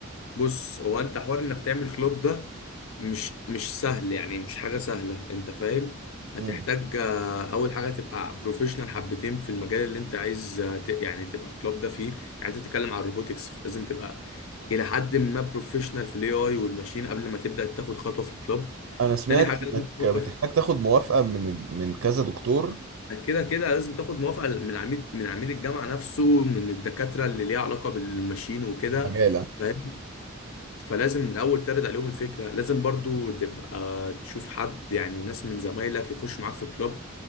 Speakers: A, on the left; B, on the right.
A: بص هو انت حوار انك تعمل كلوب ده مش مش سهل يعني مش حاجه سهله انت فاهم هتحتاج
B: مم.
A: آه، اول حاجه تبقى بروفيشنال حبتين في المجال اللي انت عايز آه، ت- يعني تبقى كلوب ده فيه يعني انت بتتكلم عن الروبوتكس لازم تبقى الى حد ما بروفيشنال في الاي اي والماشين قبل ما تبدا تاخد خطوه في الكلوب
B: انا سمعت
A: تاني حاجه لازم
B: انك
A: تفكر
B: بتحتاج تاخد موافقه من من كذا دكتور
A: كده كده لازم تاخد موافقة من عميد من عميد الجامعة نفسه من الدكاترة اللي ليها علاقة بالماشين وكده
B: مجاله
A: فاهم فلازم الأول ترد عليهم الفكرة لازم برضو تبقى تشوف حد يعني ناس من زمايلك يخش معاك في الكلاب